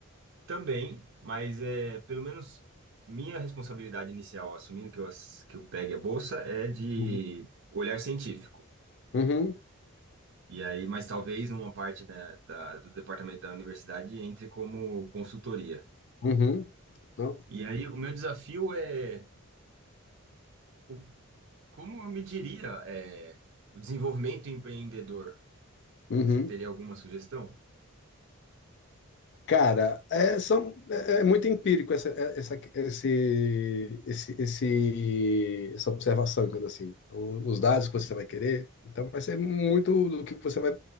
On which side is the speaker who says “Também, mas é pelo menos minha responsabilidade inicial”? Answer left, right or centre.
Right